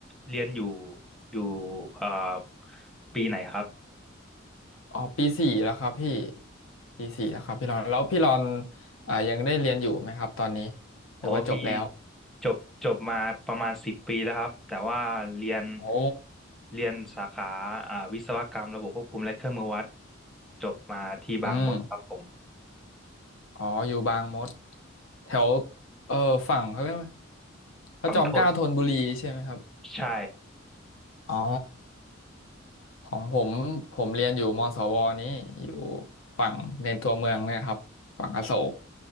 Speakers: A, in the centre; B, on the left.
A: เรียนอยู่อยู่เอ่อปีไหนครับ
B: อ๋อปีสี่แล้วครับพี่ปีสี่แล้วครับพี่รอนแล้วพี่รอนอ่ายังได้เรียนอยู่ไหมครับตอนนี้
A: โอ้พี่
B: หรือว่าจบแล้ว
A: จบจบมาประมาณสิบปีแล้วครับแต่ว่าเรียน
B: โอ้
A: เรียนสาขาอ่าวิศวกรรมระบบควบคุมและเครื่องมือวัดจบมาที่บางมดครับผม
B: อืมอ๋ออยู่บางมดแถวเออฝั่งเขาเรียกว่าพระจอมเกล้าธนบุรีใช่ไหมครับ
A: ฝั่งทนใช่
B: อ๋อของผมผมเรียนอยู่มศวนี้อยู่ฝั่งในตัวเมืองเนี่ยครับฝั่งอโศก